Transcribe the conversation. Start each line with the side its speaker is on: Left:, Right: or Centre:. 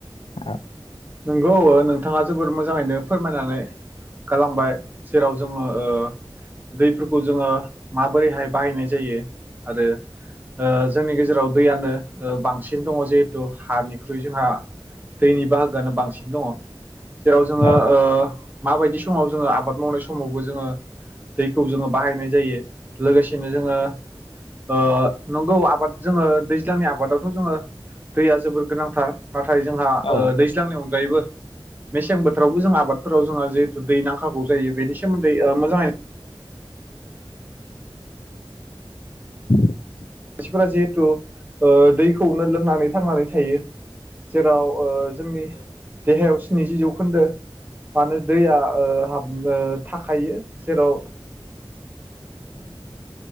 Left: औ
Right: नंगौ नोंथाङा जबोर मोजाङैनो फोरमायनानै गालांबाय जेराव जोङो ओ दैफोरखौ जोङो माबोरैहाय बाहायनाय जायो। आरो ओ जोंनि गेजेराव दैयानो ओ बांसिन दङ जिहेतु हानिनिख्रुइ जोंहा दैनि बाहा गोआनो बांसिन दङ जेराव जोङो ओ
Left: औ
Right: माबायदि समाव जोङो आबाद मावनाय समावबो जोङो दैखौ जोङो बाहायनाय जायो लोगोसेनो जोङो ओ नंगौ आबाद जोङो दैज्लांनि आबादावथ' जोङो दैया जोबोर गोनांथार नाथाय जोंहा
Left: औ
Right: ओ दै गायबो मेसें बोथोरावबो जों आबादफोराव जोंहा जिहेथु दै नांखागौ जायो बेनि सोमोन्दै मोजाङै
Left: <unintelligible>
Right: मानसिफोरा जिहेथु ओ दैखौनो लोंनानै थांनानै थायो जेराव जोंनि देहायाव स्निजि जौखोन्दो मानो दैया ओ हाबनो थाखायो जेराव